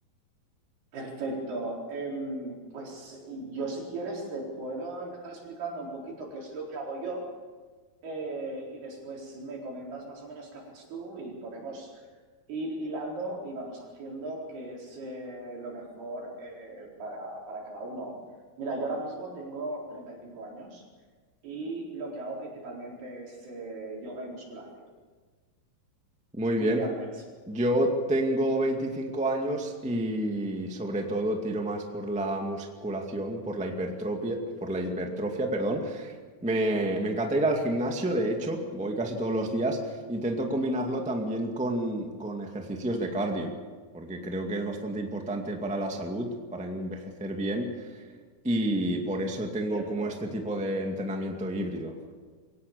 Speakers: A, on the right (about 85°); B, in the centre.
A: Perfecto. Em, pues yo si quieres te puedo empezar explicando un poquito qué es lo que hago yo eh, y después me comentas más o menos qué haces tú y podemos ir hilando y vamos haciendo qué es eh, lo mejor eh, para, para cada uno. Mira, yo ahora mismo tengo 35 años y lo que hago principalmente es eh, yoga y musculación.
B: Muy
A: ¿Tú
B: bien.
A: qué haces?
B: Yo tengo 25 años y sobre todo tiro más por la musculación, por la hipertrofia, por la hipertrofia, perdón. Me, me encanta ir al gimnasio, de hecho, voy casi todos los días. Intento combinarlo también con, con ejercicios de cardio, porque creo que es bastante importante para la salud, para envejecer bien y por eso tengo
A: Cierto.
B: como este tipo de entrenamiento híbrido,